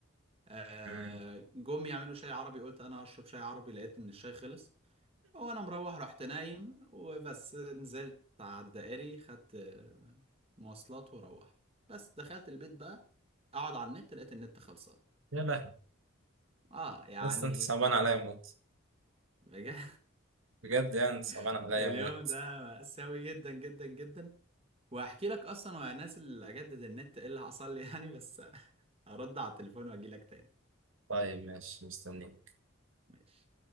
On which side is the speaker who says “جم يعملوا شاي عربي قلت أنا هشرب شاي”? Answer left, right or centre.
Right